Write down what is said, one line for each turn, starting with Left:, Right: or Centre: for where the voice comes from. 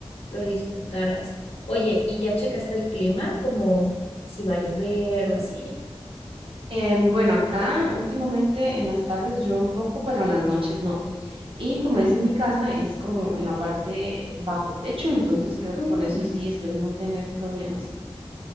Left: lo disfrutaras. Oye, ¿y ya checaste el clima? Como si va a llover o así.
Right: Em, bueno, acá últimamente en las tardes yo un poco, pero en las noches no. Y como es en mi casa, es como en la parte bajo techo, entonces creo
Left: Mm,
Right: que con eso sí espero no tener problemas.